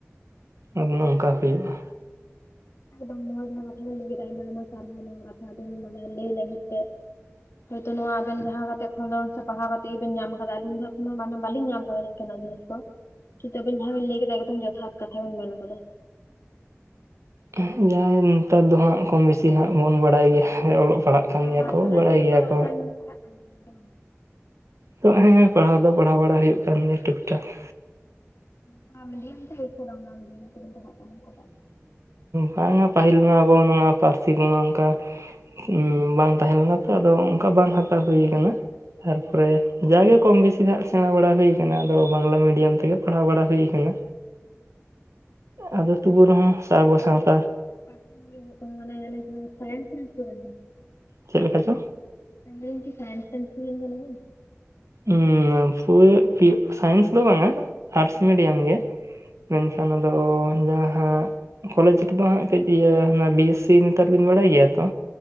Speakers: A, on the right; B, on the left.
A: ᱟᱨ ᱱᱚᱝᱠᱟ ᱦᱩᱭᱩᱜ-ᱟ᱾
B: ᱵᱟᱝ ᱱᱚᱣᱟ ᱡᱟᱦᱟ ᱠᱟᱛᱷᱟ ᱞᱟᱹᱭ ᱠᱮᱫᱟ ᱟᱭᱢᱟ ᱟᱭᱢᱟ ᱥᱟᱨᱦᱟᱣ ᱱᱚᱣᱟ ᱠᱟᱛᱷᱟ ᱟᱵᱮᱱ ᱢᱟᱱᱮ ᱞᱟᱹᱭ ᱞᱟᱹᱜᱤᱫ ᱛᱮ ᱾ ᱦᱳᱭᱛᱳ ᱱᱚᱣᱟ ᱟᱵᱮᱱ ᱡᱟᱦᱟᱸ ᱠᱟᱛᱮ ᱠᱷᱚᱸᱫᱽᱨᱚᱱᱫ ᱥᱮ ᱯᱟᱲᱦᱟᱣ ᱠᱟᱛᱮ ᱜᱮᱵᱮᱱ ᱧᱟᱢ ᱟᱠᱟᱫᱟ ᱟᱹᱞᱤᱧ ᱫᱚ ᱮᱠᱷᱚᱱᱚ ᱵᱟᱹᱞᱤᱧ ᱧᱟᱢ ᱟᱠᱟᱫᱟ ᱞᱤᱧ᱾ ᱞᱟᱹᱭ ᱫᱟᱞᱤᱧ ᱱᱤᱛ ᱫᱚ ᱠᱤᱱᱛᱩ ᱟᱵᱤᱱ ᱡᱟᱦᱟᱸ ᱵᱮᱱ ᱞᱟᱹᱭ ᱠᱮᱫᱟ ᱮᱠᱫᱚᱢ ᱡᱚᱛᱷᱟᱛ ᱠᱟᱛᱷᱟ ᱵᱮᱱ ᱢᱮᱱ ᱟᱠᱟᱫᱟ ᱾
A: ᱦᱮ ᱡᱟᱦᱟᱸᱭ ᱱᱮᱛᱟᱨ ᱫᱚ ᱦᱟᱸᱜ ᱠᱚᱢ ᱵᱮᱥᱤ ᱦᱟᱸᱜ ᱵᱚᱱ ᱵᱟᱰᱟᱭ ᱜᱮᱭᱟ ᱦᱮᱸ ᱚᱞᱚᱜ ᱯᱟᱲᱦᱟᱜ ᱠᱟᱱ ᱜᱮᱭᱟ
B: ᱟᱨ
A: ᱠᱚ
B: ᱛᱟᱦᱚᱞᱮ
A: ᱵᱟᱰᱟᱭ
B: ᱱᱤᱛᱚᱜ
A: ᱜᱮᱭᱟ
B: ᱫᱚ
A: ᱠᱚ᱾
B: ᱟᱵᱮᱱ ᱯᱟᱲᱦᱟᱜ ᱠᱟᱱ ᱜᱮᱭᱟ ᱵᱟᱝ
A: ᱛᱚ ᱦᱮᱸ ᱯᱟᱲᱦᱟᱣ ᱫᱚ ᱯᱟᱲᱦᱟᱣ ᱵᱟᱲᱟ ᱦᱩᱭᱩᱜ ᱠᱟᱱ ᱜᱮᱭᱟ ᱴᱩᱠᱴᱟᱠ ᱾
B: ᱚᱱᱠᱟ ᱢᱤᱰᱤᱭᱟᱢ ᱛᱮ ᱥᱮ ᱵᱟᱝᱞᱟ ᱢᱤᱞᱤᱭ ᱛᱮ ᱵᱤᱱ ᱯᱟᱲᱦᱟᱜ ᱠᱟᱱᱟ ᱚᱠᱟ ᱴᱟᱜ?
A: ᱵᱟᱝ-ᱟ ᱯᱟᱹᱦᱤᱞ ᱢᱟ ᱟᱵᱚ ᱱᱚᱣᱟ ᱯᱟᱹᱨᱥᱤ ᱠᱚᱢᱟ ᱚᱱᱠᱟ ᱦᱩᱸ ᱵᱟᱝ ᱛᱟᱦᱮᱸ ᱞᱮᱱᱟ ᱛᱚ ᱟᱫᱚ ᱚᱱᱠᱟ ᱵᱟᱝ ᱦᱟᱛᱟᱣ ᱦᱩᱭ ᱠᱟᱱᱟ ᱾ ᱛᱟᱨᱯᱚᱨᱮ
B: ᱦᱳᱭ
A: ᱡᱟᱜᱮ ᱠᱚᱢ ᱵᱮᱥᱤ ᱱᱟᱜ ᱥᱮᱲᱟ ᱵᱟᱲᱟ ᱦᱩᱭ ᱠᱟᱱᱟ ᱟᱫᱚ ᱵᱟᱝᱞᱟ ᱢᱤᱰᱤᱭᱟᱢ ᱛᱮᱜᱮ ᱯᱟᱲᱦᱟᱣ ᱵᱟᱲᱟ ᱦᱩᱭ ᱠᱟᱱᱟ᱾ ᱟᱫᱚ ᱛᱩᱵᱩ ᱨᱮᱦᱚᱸ ᱥᱟ ᱟᱜᱩ ᱥᱟᱶᱛᱟ
B: ᱟᱞᱤᱧ ᱢᱤᱫᱴᱟᱝ ᱢᱚᱱᱮ ᱟᱞᱤᱧ <unintelligible> ᱥᱟᱭᱮᱱ ᱥᱟᱭᱥ
A: ᱪᱮᱫ ᱞᱮᱠᱟ ᱪᱚ?
B: ᱢᱮᱱᱫᱟᱹᱧ ᱯᱷᱟᱱᱥᱱᱧ <unintelligible>
A: ᱦᱩᱸ <unintelligible> ᱥᱟᱭᱮᱱᱥ ᱫᱚ ᱵᱟᱝᱟ ᱟᱨᱴᱥ ᱢᱤᱰᱤᱭᱟᱢ ᱜᱮ ᱾ ᱢᱮᱱᱠᱷᱟᱱ ᱫᱚᱧ ᱡᱟ ᱦᱟ ᱠᱚᱞᱮᱡᱽ ᱨᱮᱫᱚ ᱦᱟᱸᱜ ᱠᱟᱹᱡ ᱤᱭᱟᱹ ᱚᱱᱟ ᱵᱤ ᱮᱥ ᱥᱤ ᱱᱮᱛᱟᱨ ᱫᱚᱧ ᱵᱟᱲᱟᱭ ᱜᱮᱭᱟ ᱛᱚ